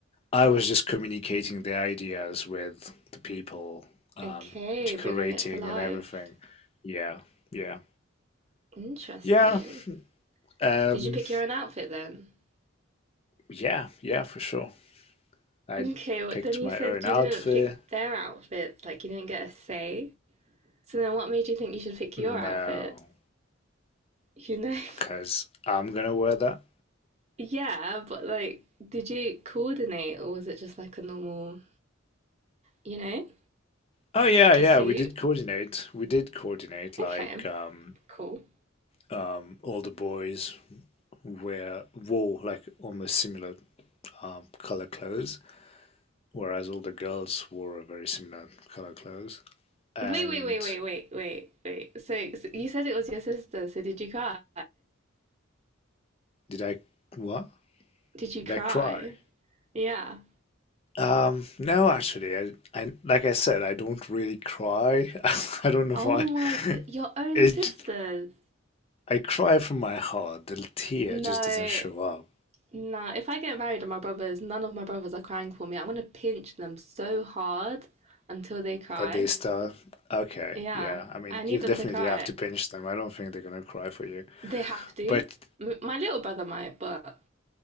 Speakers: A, on the left; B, on the right.
A: I was just communicating the ideas with the people, um,
B: Okay,
A: decorating
B: bringing it to life.
A: and everything. Yeah, yeah.
B: Interesting.
A: Yeah, um,
B: Did you pick your own outfit then?
A: yeah, yeah, for sure. I
B: Okay, well,
A: picked
B: then you
A: my
B: said
A: own
B: you
A: outfit.
B: didn't pick their outfit, like you didn't get a say. So then what made you think you should pick
A: No,
B: your outfit? You know,
A: because I'm gonna wear that.
B: <laughs> yeah, but like, did you coordinate or was it just like a normal, you know,
A: Oh yeah, yeah,
B: a suit?
A: we did coordinate. We did coordinate
B: Okay,
A: like um
B: cool.
A: um all the boys wear wore like almost similar um color clothes, whereas all the girls wore a very similar color clothes. And
B: Wait, wait, wait, wait, wait, wait, wait. So, so you said it was your sister, so did you cry?
A: did I what?
B: Did you
A: Did
B: cry?
A: I cry?
B: Yeah.
A: Um no actually. I I like I said I don't really cry. <laughs> I don't know
B: Oh
A: why.
B: my god,
A: <laughs>
B: your own
A: It
B: sisters.
A: I cry from my heart. The tear
B: No,
A: just doesn't show up.
B: no. If I get married and my brothers, none of my brothers are crying for me. I'm gonna pinch them so hard until they cry.
A: that they start. Okay,
B: Yeah,
A: yeah. I mean,
B: I need
A: you'll
B: them
A: definitely
B: to cry.
A: have to pinch them. I don't think they're gonna cry for you.
B: They have to.
A: But
B: M- My little brother might, but